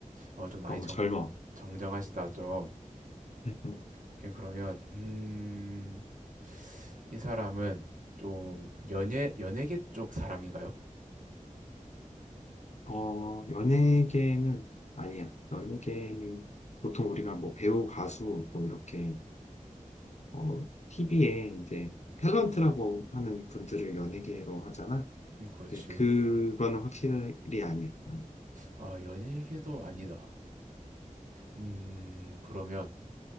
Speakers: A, on the right; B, on the left.
A: 어, 좀 많이
B: 너무
A: 정,
B: 젊어.
A: 정정하시다 좀.
B: <laughs>
A: 오케이, 그러면 음, 이 사람은 좀 연예 연예계 쪽 사람인가요?
B: 어, 연예계는 아니야. 연예계는 보통 우리가 뭐 배우, 가수, 뭐 이렇게, 어, TV에 이제 탤런트라고 하는 분들을 연예계로 하잖아.
A: 음, 그렇지.
B: 근데 그거는 확실히 아니야. 음.
A: 아, 연예계도 아니다. 음, 그러면